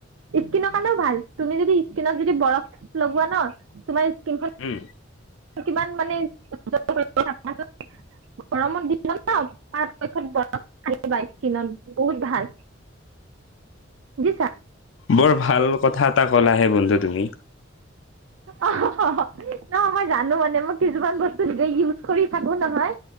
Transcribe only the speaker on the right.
ইস্কিনৰ কাৰণেও ভাল, তুমি যদি ইস্কিনত যদি বৰফ লগোৱা ন, তোমাৰ ইস্কিনখন
কিমান মানে গৰমত দিনত ন পাৰাপক্ষত বৰফ সানিবা ইস্কিনত বহুত ভাল। দিছা।
অহ-হ' ন মই জানো মানে মই কিছুমান বস্তু ইউজ কৰি থাকো নহয়,